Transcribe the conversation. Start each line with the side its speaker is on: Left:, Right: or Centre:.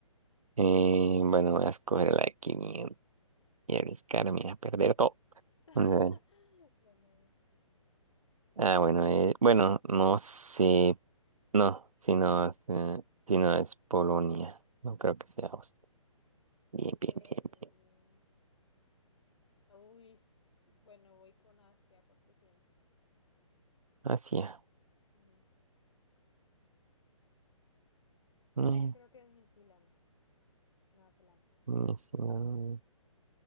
Right: Eh, bueno, voy a escoger la de 500 y arriesgarme a perder todo. <laughs>
Left: <laughs>
Right: Vamos a ver.
Left: Dale, a ver. Y,
Right: Ah, bueno, eh, bueno, no sé. No, si no, es, eh, si no es Polonia. No creo que sea Austria. Bien, bien,
Left: eh,
Right: bien.
Left: muy bien. Uy, sh- bueno, voy con Asia 400.
Right: Asia.
Left: Ujú. Esa
Right: Mm,
Left: creo que es New Zealand, Nueva Zelanda.
Right: mm, sí, no.